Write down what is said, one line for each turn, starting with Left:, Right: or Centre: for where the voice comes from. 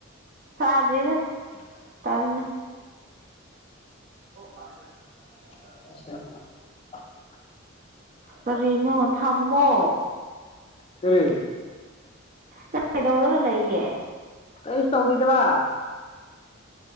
Right: ꯁꯥꯗꯔꯤꯗ
Left: <unintelligible>
Right: ꯇꯜꯂꯦ ꯑꯣ
Left: <unintelligible>
Right: ꯀꯔꯤꯅꯨ ꯊꯝꯃꯣ
Left: ꯀꯔꯤ
Right: ꯅꯪ ꯀꯩꯗꯧꯔꯒ ꯂꯩꯒꯦ
Left: ꯀꯩꯁꯨ ꯇꯧꯈꯤꯗꯕ